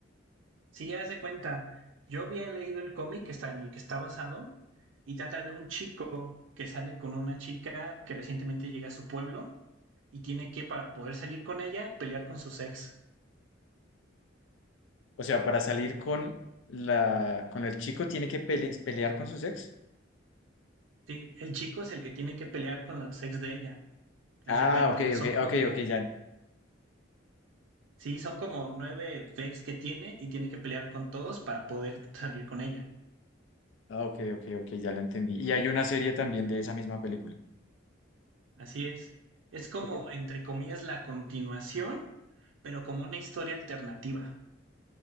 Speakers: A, on the right (about 80°); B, on the left (about 75°).
A: Si ya de cuenta, yo había leído el cómic que está en el que está basado y trata de un chico que sale con una chica que recientemente llega a su pueblo y tiene que, para poder salir con ella, pelear con sus ex.
B: O sea, para salir con la con el chico tiene que pele- pelear con su ex.
A: Sí, el chico es el que tiene que pelear con los ex de ella. Haz
B: Ah,
A: de cuenta,
B: ok,
A: son
B: ok,
A: como,
B: ok, ok, ya.
A: sí, son como nueve ex que tiene y tiene que pelear con todos para poder salir con ella.
B: Ah, ok, ok, ok, ya lo entendí. Y hay una serie también de esa misma película.
A: Así es. Es como,
B: Ok,
A: entre comillas, la continuación, pero como una historia alternativa.